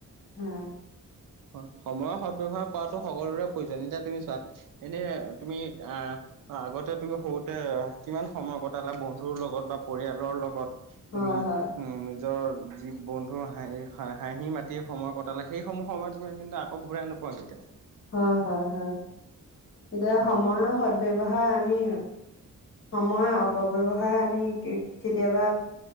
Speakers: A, on the left; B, on the right.
A: হয়
B: হয় সময়ৰ সদ ব্যৱহাৰ কৰাটো সকলোৰে প্ৰয়োজন, এতিয়া তুমি চোৱা এনে তুমি আহ। অ আগতে তুমি সৰুতে কিমান সময় কটালা বন্ধুৰ লগত বা পৰিয়ালৰ লগত? তুমি
A: হয় হয়
B: উম' নিজৰ যি বন্ধুৰ হাঁহি হা হাঁহি মাতি সময় কটালে সেইসমূহ সময় তুমি কিন্তু আকৌ ঘূৰাই নোপোৱা কেতিয়াওঁ।
A: হয়, হয়, হয় এতিয়া
B: হয়
A: সময়ৰ সদ- ব্যৱহাৰ আমি সময় অপব্যৱহাৰ আমি কে কেতিয়াবা